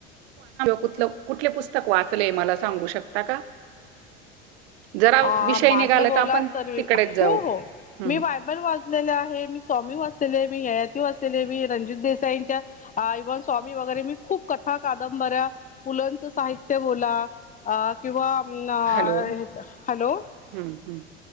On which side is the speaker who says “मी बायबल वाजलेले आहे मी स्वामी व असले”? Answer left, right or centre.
Left